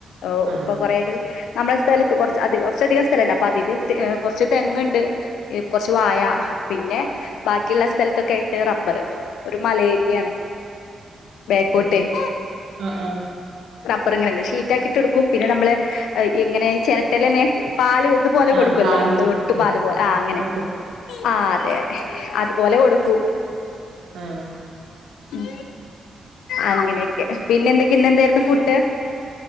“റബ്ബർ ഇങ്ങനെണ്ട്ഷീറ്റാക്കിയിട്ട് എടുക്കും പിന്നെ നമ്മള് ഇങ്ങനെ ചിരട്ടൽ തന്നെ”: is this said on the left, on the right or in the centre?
Left